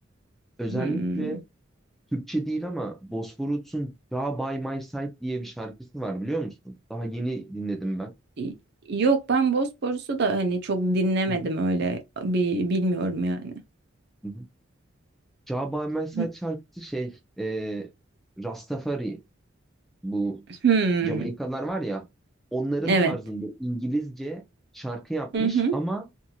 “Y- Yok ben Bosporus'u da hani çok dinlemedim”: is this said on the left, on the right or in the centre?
Right